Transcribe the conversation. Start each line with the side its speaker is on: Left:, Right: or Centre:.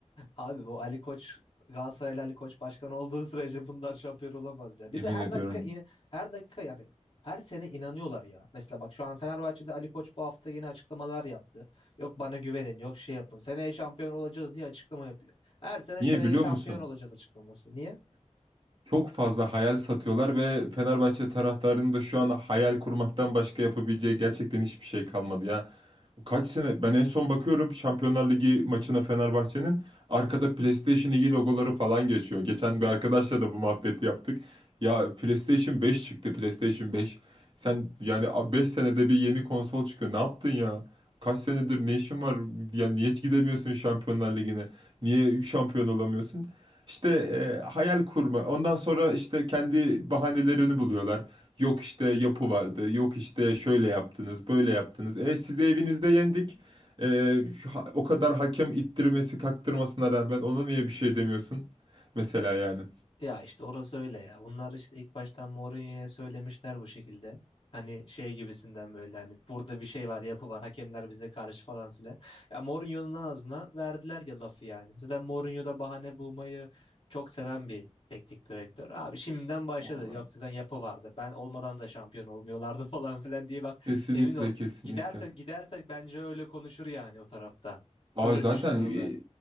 Left: Abi bu Ali Koç Galatasaraylı Ali Koç başkan olduğu sürece bunlar şampiyon olamaz ya. Bir
Right: emin
Left: de her
Right: ediyorum.
Left: dakika in- her dakika yani her sene inanıyorlar ya. Mesela bak şu an Fenerbahçe'de Ali Koç bu hafta yeni açıklamalar yaptı. Yok bana güvenin, yok şey yapın. Seneye şampiyon olacağız diye açıklama yapıyor. Her sene
Right: Niye
Left: seneye
Right: biliyor
Left: şampiyon
Right: musun?
Left: olacağız açıklaması. Niye?
Right: Çok fazla hayal satıyorlar ve Fenerbahçe taraftarının da şu an hayal kurmaktan başka yapabileceği gerçekten hiçbir şey kalmadı ya. Kaç sene ben en son bakıyorum Şampiyonlar Ligi maçına Fenerbahçe'nin arkada PlayStation 2 logoları falan geçiyor. Geçen bir arkadaşla da bu muhabbeti yaptık. Ya PlayStation 5 çıktı PlayStation 5. Sen yani 5 senede bir yeni konsol çıkıyor. Ne yaptın ya? Kaç senedir ne işin var? Yani niye hiç gidemiyorsun Şampiyonlar Ligi'ne? Niye şampiyon olamıyorsun? İşte e, hayal kurma. Ondan sonra işte kendi bahanelerini buluyorlar. Yok işte yapı vardı. Yok işte şöyle yaptınız, böyle yaptınız. E sizi evinizde yendik. E, şu ha- o kadar hakem ittirmesi, kaktırmasına rağmen ona niye bir şey demiyorsun? Mesela yani.
Left: Ya işte orası öyle ya. Bunlar işte ilk baştan Mourinho'ya söylemişler bu şekilde. Hani şey gibisinden böyle hani burada bir şey var, yapı var. Hakemler bize karşı falan filan. Ya Mourinho'nun ağzına verdiler ya lafı yani. Zaten Mourinho da bahane bulmayı çok seven bir teknik direktör. Abi şimdiden başladı.
Right: Aa,
Left: Yok zaten yapı vardı. Ben olmadan da şampiyon olmuyorlardı <laughs> falan filan diye bak
Right: Kesinlikle,
Left: emin ol.
Right: kesinlikle.
Left: Gidersek gidersek bence öyle konuşur yani o tarafta.
Right: Aa
Left: Öyle
Right: zaten
Left: düşünüyorum
Right: e,
Left: ben.